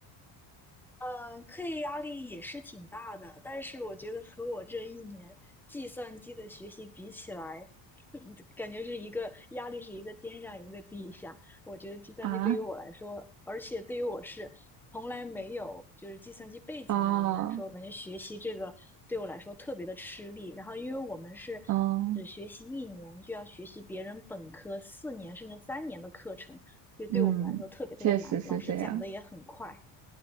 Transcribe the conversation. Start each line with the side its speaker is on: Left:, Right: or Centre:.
Centre: 呃，课业压力也是挺大的，但是我觉得和我这一年计算机的学习比起来，嗯感觉是一个压力是一个天上一个地下。我觉得计算机对于我来说，
Right: 啊，
Centre: 而且对于我是从来没有就是计算机背景的人来说，
Right: 啊，
Centre: 感觉学习这个对我来说特别的吃力。然后因为我们是
Right: 嗯
Centre: 只学习一年，就要学习别人本科四年甚至三年的课程，就对我们来说特别特别难，
Right: 嗯，确实是这样。
Centre: 老师讲的也很快。